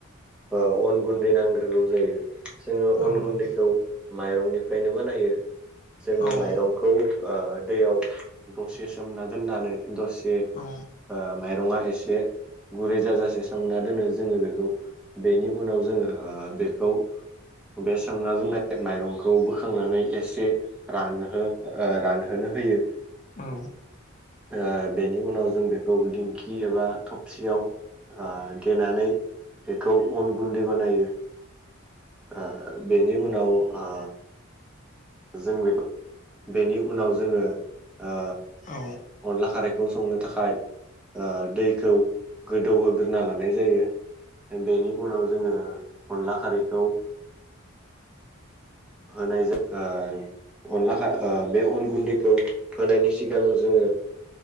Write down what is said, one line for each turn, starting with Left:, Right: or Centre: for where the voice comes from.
Centre: ओ अन गुन दै नांग्रोगौ जायो जोङो
Left: औ
Centre: अन
Left: औ नंगौ
Centre: गुन्दैखौ माइरंनिफ्रायनो बानायो। जोङो
Left: औ
Centre: माइरंखौ ओ दैयाव दसे सोमना दोननानै दसे
Left: औ
Centre: ओ माइरङा एसे गुरै जाजासे सोमना दोनो जोङो बेखौ बेनि उनाव जोङो ओ बेखौ बे सोमना दोननाय माइरंखौ बोखांनानै एसे रानहो ओ रानहोनो होयो।
Left: औ
Centre: ओ बेनि उनाव जों बेखौ दिंखि एबा थबसियाव ओ देनानै बेखौ अन गुन्दै बानायो ओ बेनि उनाव ओ जों बे बेनि उनाव जोङो ओ
Left: आ
Centre: अनला खारैखौ संनो थाखाय ओ दैखौ गोदौहोग्रोना लानाय जायो बेनि उनाव जोङो अनला खारैखौ ओ होनाय आ अनला खार बे अन गुन्दैखौ होनायनि सिगां जोङो